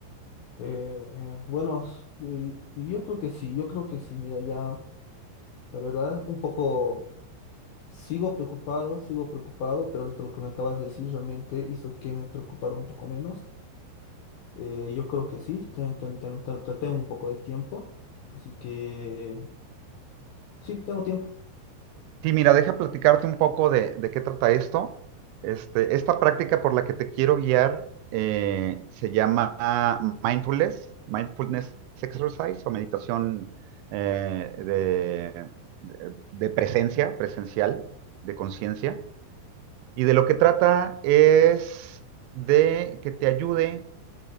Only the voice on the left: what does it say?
Eh, eh, bueno, s- y- y yo, creo que sí, yo creo que sí. Mira, ya, la verdad, un poco sigo preocupado, sigo preocupado, pero ahorita lo que me acabas de decir realmente hizo que me preocupara un poco menos. Eh, yo creo que sí, ten- ten- ten- ten- ten- tengo un poco de tiempo, así que sí, tengo tiempo.